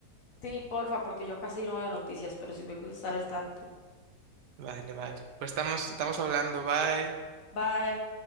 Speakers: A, on the left; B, on the right.
A: Sí, porfa, porque yo casi no veo noticias, pero sí me gusta estar al tanto.
B: Vale, vale. Pues estamos, estamos hablando, bye.
A: Bye.